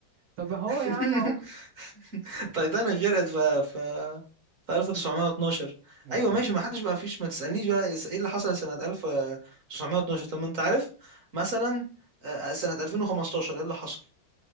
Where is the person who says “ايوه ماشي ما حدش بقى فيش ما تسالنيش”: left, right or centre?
Right